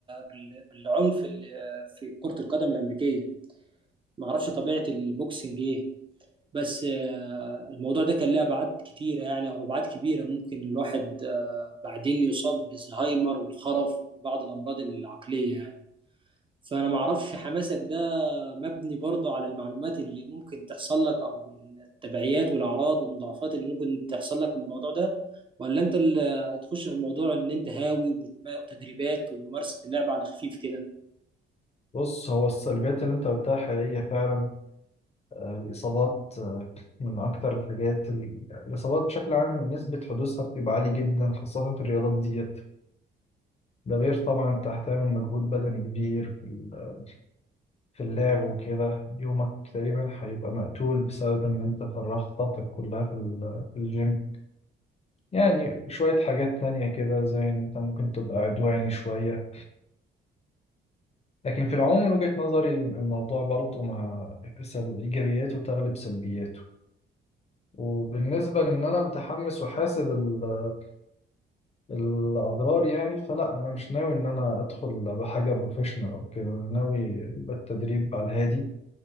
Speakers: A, on the right; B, on the left.
A: بال... بالعنف اللي في كرة القدم الأمريكية ما اعرفش طبيعه البوكسنج ايه بس آه، الموضوع ده كان له ابعاد كتيره يعني او ابعاد كبيره ممكن الواحد آه، بعدين يصاب بالزهايمر والخرف وبعض الامراض العقليه يعني فانا ما اعرفش حماسك ده مبني برضه على المعلومات اللي ممكن تحصل لك او التبعيات والاعراض والمضاعفات اللي ممكن تحصل لك من الموضوع ده ولا انت اللي هتخش في الموضوع ان انت هاوي وبتما- وتدريبات وممارسه اللعبه على خفيف كده
B: بص هو السلبيات اللي انت قلتها حقيقية فعلا آه، الإصابات آه، من أكتر الحاجات ال- الإصابات بشكل عام نسبة حدوثها بتبقى عالية جدا خاصة في الرياضات دي ده غير طبعا انت هتعمل مجهود بدني كبير في ال- في اللعب وكده يومك تقريبا هيبقى مقتول بسبب ان انت فرغت طاقتك كلها في ال- في الجيم يعني شوية حاجات تانية كده زي ان انت ممكن تبقى عدواني شوية لكن في العموم من وجهة نظري الم- الموضوع برضو مع سل- ايجابياته تغلب سلبياته وبالنسبة لان انا متحمس وحاسب ال- الاضرار يعني فلا انا مش ناوي ان انا ادخل بحاجة بروفيشنال او كده انا ناوي يبقى التدريب على الهادي